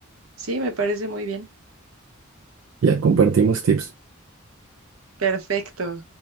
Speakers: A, on the right; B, on the right.
A: Sí, me parece muy bien.
B: Ya compartimos tips.
A: Perfecto.